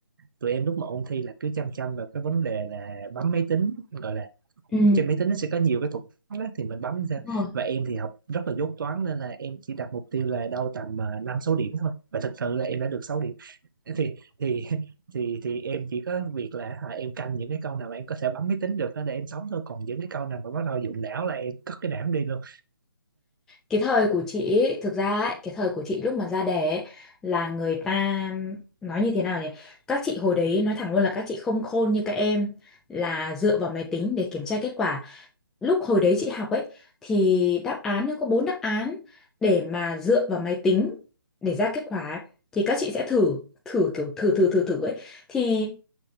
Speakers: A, on the right; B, in the centre.
A: tụi em lúc mà ôn thi là cứ chăm chăm vào cái vấn đề là bấm máy tính gọi là
B: Ừ.
A: trên máy tính nó sẽ có nhiều cái thuật toán đó thì mình bấm ra
B: đúng rồi
A: và em thì học rất là dốt toán nên là em chỉ đặt mục tiêu là đâu tầm ờ, năm sáu điểm thôi và thật sự là em đã được sáu điểm thì thì thì thì em chỉ có việc là hả, em canh những cái câu nào mà em có thể bấm máy tính được đó để em sống thôi còn những cái câu nào mà bắt đầu dụng não là em cất cái não em đi luôn
B: cái thời của chị ấy, thực ra ấy, cái thời của chị lúc mà ra đẻ ấy, là người ta nói như thế nào nhỉ các chị hồi đấy nói thẳng luôn là các chị không khôn như các em là dựa vào máy tính để kiểm tra kết quả lúc hồi đấy chị học ấy thì đáp án nó có bốn đáp án để mà dựa vào máy tính để ra kết quả ấy. thì các chị sẽ thử thử kiểu thử thử thử thử ấy thì